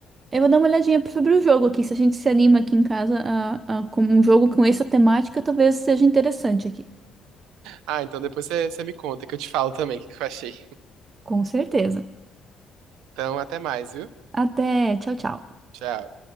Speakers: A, on the right; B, on the right.
A: Eu vou dar uma olhadinha sobre o jogo aqui. Se a gente se anima aqui em casa a, a, com um jogo com essa temática, talvez seja interessante aqui.
B: Ah, então depois você você me conta que eu te falo também o que que eu achei.
A: Com certeza.
B: Então, até mais, viu?
A: Até, tchau, tchau.
B: Tchau.